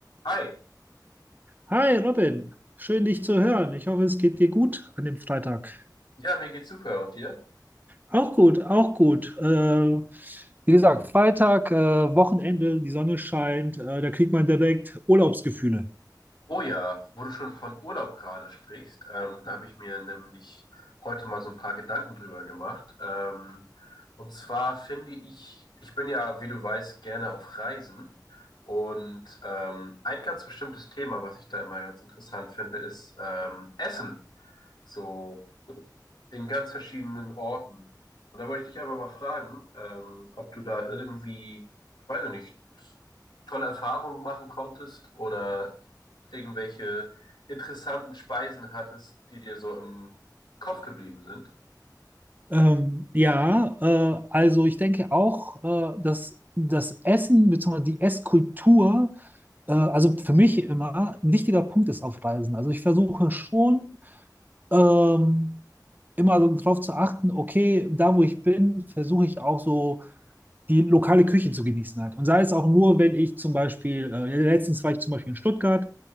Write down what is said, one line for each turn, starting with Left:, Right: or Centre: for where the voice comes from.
Left: Hi,
Right: Hi Robin, schön dich zu hören. Ich hoffe, es geht dir gut an dem Freitag.
Left: ja, mir geht's super und dir?
Right: Auch gut, auch gut. Äh, wie gesagt, Freitag, äh, Wochenende, die Sonne scheint, äh, da kriegt man direkt Urlaubsgefühle.
Left: Oh ja, wo du schon von Urlaub gerade sprichst, ähm, da habe ich mir nämlich heute mal so ein paar Gedanken drüber gemacht. Ähm, und zwar finde ich, ich bin ja, wie du weißt, gerne auf Reisen. Und ähm, ein ganz bestimmtes Thema, was ich da immer ganz interessant finde, ist ähm, Essen. So in ganz verschiedenen Orten. Und da wollte ich dich einfach mal fragen, ähm, ob du da irgendwie, weiß ich nicht, tolle Erfahrungen machen konntest oder irgendwelche interessanten Speisen hattest, die dir so im Kopf geblieben sind.
Right: Ähm, ja, äh, also ich denke auch, äh, dass das Essen bzw. die Esskultur, äh, also für mich immer ein wichtiger Punkt ist auf Reisen. Also ich versuche schon, ähm, immer darauf zu achten, okay, da wo ich bin, versuche ich auch so die lokale Küche zu genießen halt. Und sei es auch nur, wenn ich zum Beispiel, äh, ja, letztens war ich zum Beispiel in Stuttgart